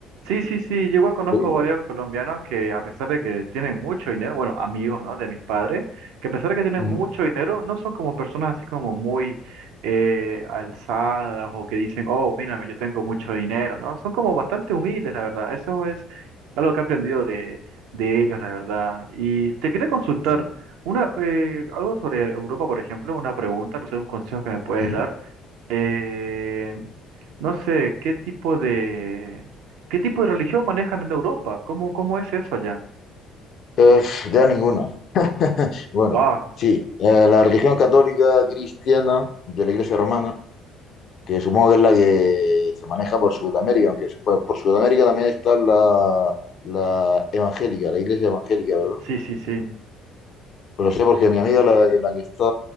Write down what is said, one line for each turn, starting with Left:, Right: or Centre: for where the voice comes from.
Right: Sí, sí, sí, yo igual
Left: es
Right: conozco
Left: increíble.
Right: varios colombianos que a pesar de que tienen mucho dinero, bueno, amigos, ¿no? De mis padres, que a pesar de que tienen
Left: Ujú.
Right: mucho dinero, no son como personas así como muy eh, alzadas o que dicen, oh, mírame, yo tengo mucho dinero, ¿no? Son como bastante humildes, la verdad. Eso es algo que he aprendido de, de ellos, la verdad. Y te quería consultar
Left: Sí.
Right: una, eh, algo sobre Europa, por ejemplo, una pregunta, no sé, un consejo que me puedes
Left: Y,
Right: dar eh, no sé, ¿qué tipo de qué tipo de religión manejan en Europa? ¿Cómo, cómo es eso allá?
Left: eh, ya ninguna. Bueno,
Right: Wow,
Left: sí, eh, la religión católica cristiana de la Iglesia Romana. que supongo que es la que se maneja por Sudamérica, aunque su- por, por Sudamérica también está la, la evangélica, la iglesia evangélica, ¿verdad?
Right: sí, sí, sí.
Left: Pero lo sé porque mi amiga, la, la que está,